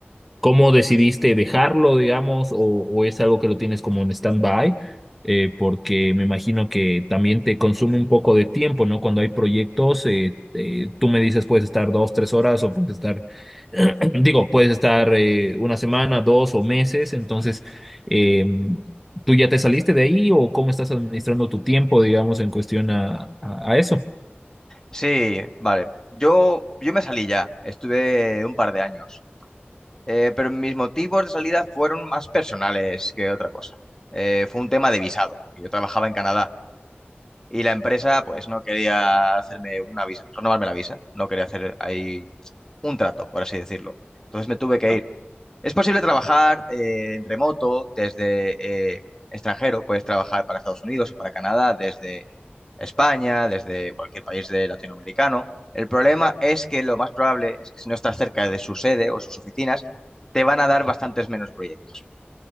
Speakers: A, in the centre; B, on the left (about 15°).
A: ¿Cómo decidiste dejarlo, digamos, o, o es algo que lo tienes como en stand-by? Eh, porque me imagino que también te consume un poco de tiempo, ¿no? Cuando hay proyectos, eh, eh, tú me dices puedes estar dos, tres horas o puedes estar, <clears throat> digo, puedes estar eh, una semana, dos o meses. Entonces, eh, ¿tú ya te saliste de ahí o cómo estás administrando tu tiempo, digamos, en cuestión a, a, a eso?
B: sí, vale. Yo, yo me salí ya, estuve un par de años, Eh, pero mis motivos de salida fueron más personales que otra cosa. Eh, fue un tema de visado, porque yo trabajaba en Canadá. Y la empresa, pues, no quería hacerme una visa, renovarme la visa. No quería hacer ahí un trato, por así decirlo. Entonces me tuve que
A: Ah,
B: ir. Es posible trabajar eh, en remoto desde eh, extranjero. Puedes trabajar para Estados Unidos o para Canadá desde España, desde cualquier país de latinoamericano. El problema es que lo más probable es que si no estás cerca de su sede o sus oficinas, te van a dar bastantes menos proyectos.